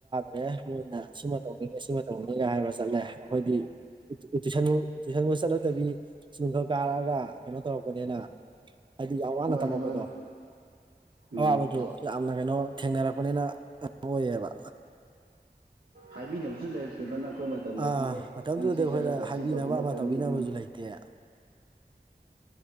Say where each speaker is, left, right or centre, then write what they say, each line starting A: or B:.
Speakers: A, on the right; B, on the right.
A: ꯭ꯔꯦ ꯃꯣꯏꯅ ꯁꯤꯃ ꯇꯧꯅꯤꯡꯉꯦ ꯁꯤꯃ ꯇꯧꯉꯦꯒ ꯍꯥꯏꯕ ꯆꯠꯂꯦ ꯑꯩꯈꯣꯏꯗꯤ ꯇꯨꯏꯁꯟ ꯇꯨꯏꯁꯟꯕꯨ ꯆꯠꯂꯛꯇꯕꯤ ꯁ ꯈꯔ ꯀꯥꯔꯛꯑꯒ ꯀꯩꯅꯣ ꯇꯧꯔꯛꯄꯅꯤꯅ ꯍꯥꯏꯗꯤ ꯌꯥꯝ ꯋꯥꯅ
B: ꯃꯥꯅꯦ
A: ꯇꯝꯃꯛꯄꯗꯣ
B: ꯃꯥꯅꯦ ꯎꯝ
A: ꯑꯋꯥꯕꯗꯨ ꯌꯥꯝꯅ ꯀꯩꯅꯣ ꯊꯦꯡꯅꯔꯛꯄꯅꯤꯅ ꯑꯣꯏꯌꯦꯕ
B: ꯍꯥꯏꯕꯤꯅꯕꯁꯨ ꯂꯩꯔꯛꯇꯗ ꯅ ꯑꯩꯈꯣꯏ ꯃꯇꯝꯗꯗꯤ
A: ꯑꯥ
B: ꯑꯦ
A: ꯃꯇꯝꯗꯨꯗ
B: ꯅꯪ ꯁꯤ
A: ꯑꯩꯈꯣꯏꯅ
B: ꯆꯠꯂꯒ
A: ꯍꯥꯏꯕꯤꯅꯕ
B: ꯁꯤ ꯇꯧꯕꯅ
A: ꯑꯃ
B: ꯐꯅꯤ
A: ꯇꯧꯕꯤꯅꯕꯁꯨ
B: ꯎꯝ
A: ꯂꯩꯇꯦ